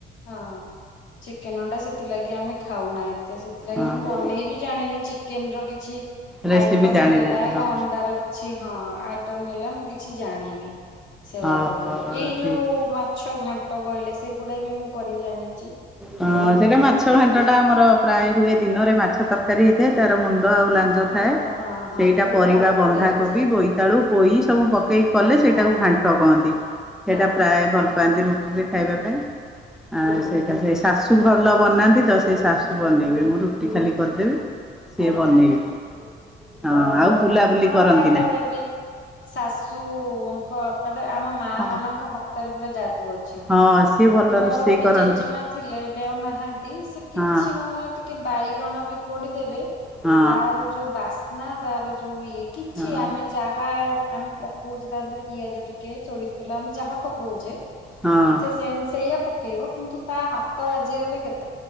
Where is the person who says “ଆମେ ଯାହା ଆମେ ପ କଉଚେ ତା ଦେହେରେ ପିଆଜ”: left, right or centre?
Left